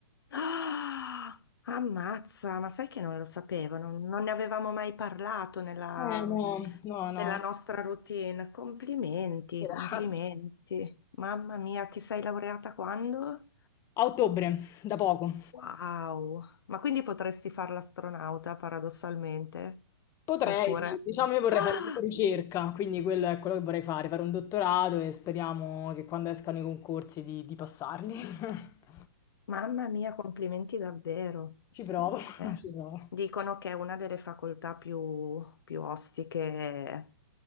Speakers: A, on the left (about 70°); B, on the left (about 25°).
A: Ah, ammazza, ma sai che non lo sapevo, non, non ne avevamo mai parlato nella,
B: Eh no, no,
A: nella
B: no,
A: nostra routine. Complimenti,
B: grazie.
A: complimenti. Mamma mia, ti sei laureata quando?
B: A ottobre, da poco.
A: Wow, ma quindi potresti fare l'astronauta paradossalmente?
B: Potrei,
A: Oppure...
B: sì, diciamo io vorrei
A: Ah,
B: fare tipo ricerca, quindi quello è quello che vorrei fare, fare un dottorato e speriamo che quando escano i concorsi di, di passarli. <laughs>
A: Mamma mia, complimenti davvero.
B: Ci provo, <laughs>
A: Eh,
B: ci provo.
A: dicono che è una delle facoltà più, più ostiche